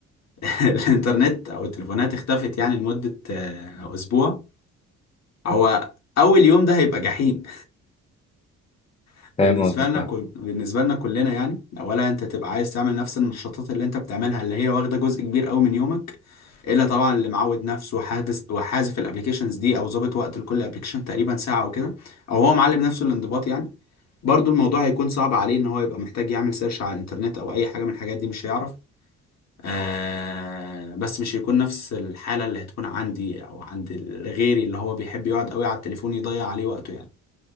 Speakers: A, on the left; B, on the left.
A: <laughs> الإنترنت أو التليفونات اختفت يعني لمدة آه، أسبوع هو أول يوم ده هيبقى جحيم <laughs>
B: فاهم
A: بالنسبة
B: قصدك
A: لنا
B: اه
A: كل... بالنسبة لنا كلنا يعني أولا أنت تبقى عايز تعمل نفس النشاطات اللي أنت بتعملها اللي هي واخدة جزء كبير أوي من يومك إلا طبعا اللي معود نفسه وحافظ وحازف الأبليكيشنز دي أو ظابط وقت لكل أبليكيشن تقريبا ساعة أو كده أو هو معلم نفسه الانضباط يعني برضو الموضوع هيكون صعب عليه ان هو يبقى محتاج يعمل سيرش على الانترنت او اي حاجة من الحاجات دي مش هيعرف آه بس مش هيكون نفس الحالة اللي هتكون عندي او عند غيري اللي هو بيحب يقعد قوي على التليفون يضيع عليه وقته يعني